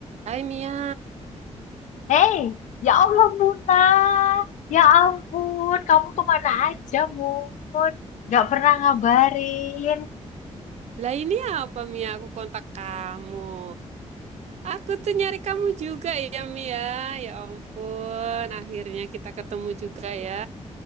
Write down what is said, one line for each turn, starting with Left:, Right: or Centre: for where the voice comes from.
Right: Hai Mia,
Left: Hei, ya Allah Muna, ya ampun, kamu kemana aja Mun? Gak pernah ngabarin.
Right: lah ini apa Mia? Aku kontak kamu. Aku tuh nyari kamu juga ya Mia. Ya ampun, akhirnya kita ketemu juga ya.